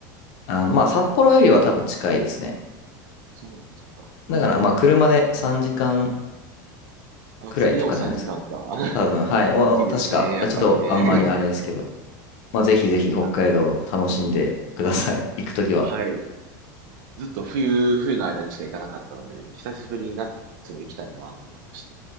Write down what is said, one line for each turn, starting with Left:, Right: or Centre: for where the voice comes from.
Left: あ、あの、まあ、札幌よりは多分近いですね。
Right: そう、そっか。
Left: だから、まあ、車で3時間
Right: あ、
Left: くらいとかじゃないですか。
Right: それでも3時間かんか。<laughs>
Left: 多分、はい。お、
Right: 大きいですね、
Left: お確か、
Right: やっぱりね。
Left: あちょっとあんまりあれですけど、まあ、ぜひぜひ北海道楽しんでください。
Right: <laughs> あ、
Left: 行くときは。
Right: はい。ずっと冬、冬の間にしか行かなかったので、久しぶりに夏も行きたいなと思いまして。